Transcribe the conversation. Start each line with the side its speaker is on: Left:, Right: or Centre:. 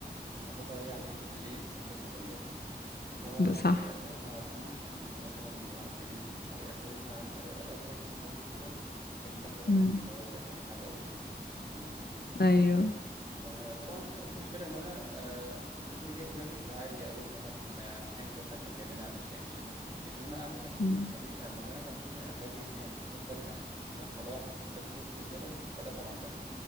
Right: الموضوع ده يعني ليه سلبيات وايجابيات ان طبعا
Left: ب- صح
Right: زي ما احنا عارفين ان مثلا لو انا اتكلمت بطريقه كويسه عن الاولاد ومش عارف إيه وكده بنخاف طبعا
Left: مم.
Right: ان الولد يحصل له حاجه او يتحسد تمام جدا
Left: ايوه
Right: آه، طبعا مفيش مشكلة إن أنا آه، ابني جه قدامي فعادي أقول مثلا آه، حاجة كويسة كان بيعملها مفيش أي مشاكل لكن أنا أمدح فيه
Left: مم.
Right: بطريقة مبالغ فيها أخلي الناس تاخد بالها الناس طلعت وتفضل تبص للولد فده طبعا لا